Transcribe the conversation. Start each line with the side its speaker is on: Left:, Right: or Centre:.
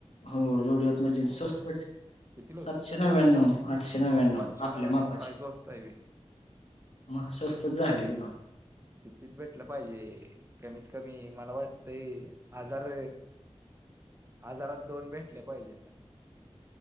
Left: हो. जोडिओत म्हनजे स्वस्त पटते.
Right: कितीला होत्या
Left: सातशे नव्याण्णव, आठशे नव्याण्णव
Right: सातशे
Left: आपल्या
Right: नव्याण्णव
Left: मापाचे.
Right: काय स्वस्त हाय व्हय
Left: मग स्वस्तच झालं की बा
Right: कितीच भेटलं पाहिजे? कमीत कमी मला वाटतय -- हाजार हाजारात दोन भेटल्या पाहिजे त्या.